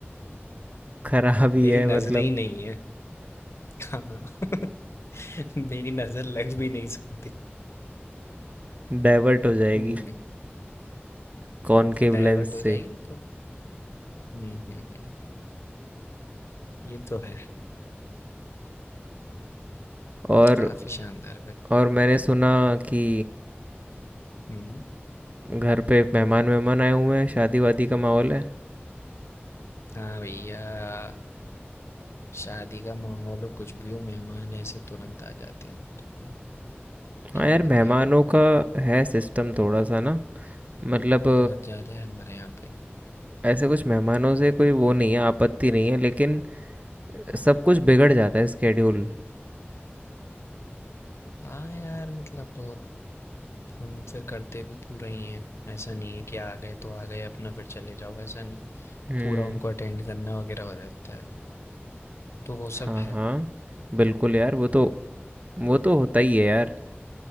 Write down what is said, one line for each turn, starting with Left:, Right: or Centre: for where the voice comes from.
Right: खराब ही
Left: मेरी
Right: है
Left: नज़रें
Right: मतलब
Left: ही नहीं है। <laughs> हाँ, मेरी नज़र लग भी नहीं सकती।
Right: डाइवर्ट हो जाएगी
Left: हुँ,
Right: कॉनकेव
Left: हुँ, डाइवर्ट
Right: लेंस
Left: हो
Right: से
Left: जाएगी तो हुँ, हुँ, हुँ, ये तो है,
Right: और
Left: काफ़ी शानदार भाई।
Right: और मैंने सुना कि
Left: हुँ,
Right: घर पे मेहमान मेहमान आए हुए हैं शादी वादी का माहौल है
Left: हाँ भैया, शादी का माहौल हो, कुछ भी हो, मेहमान ऐसे तुरंत आ जाते हैं घर पे,
Right: हाँ
Left: क्या
Right: यार
Left: बताएँ
Right: मेहमानों
Left: तुम्हें,
Right: का है सिस्टम थोड़ा सा ना मतलब
Left: बहुत ज़्यादा है हमारे यहाँ पे।
Right: ऐसे कुछ मेहमानों से कोई वो नहीं है आपत्ति नहीं है लेकिन सब कुछ बिगड़ जाता है स्केड्यूल
Left: हाँ यार, मतलब हम फिर करते भी पूरा ही हैं, ऐसा नहीं है कि आ गए तो आ गए, अपना फिर चले जाओ, ऐसा नहीं।
Right: हम्म
Left: पूरा उनको अटेंड करना वगैरह हो रहता है तो वो सब
Right: हाँ
Left: है
Right: हाँ बिल्कुल यार वो तो वो तो होता ही है यार